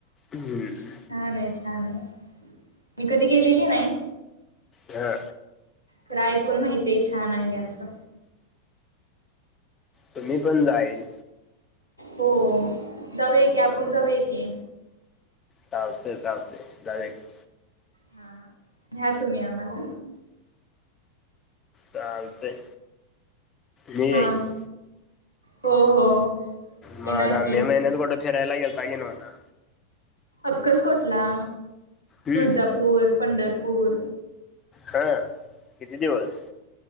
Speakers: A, on the left (about 20°); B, on the right (about 80°).
A: हम्म.
B: छान आहेच छान आहे मी कधी गेलेली नाही.
A: हा
B: तर ऐकून माहिती छान आहे असं
A: तुम्ही पण जाईल.
B: हो जाऊया की, आपण जाऊया की
A: चालतय चालतय जाऊया की
B: हं घ्या तुम्ही आम्हाला
A: चालतंय. निऊया
B: हा
A: की.
B: हो हो
A: म
B: येणार
A: आता
B: की
A: मे महिन्यात कुठं फिरायला गेलता की नव्हता?
B: अक्कलकोटला.
A: हम्म.
B: तुळजापूर, पंढर पूर.
A: हां. किती दिवस.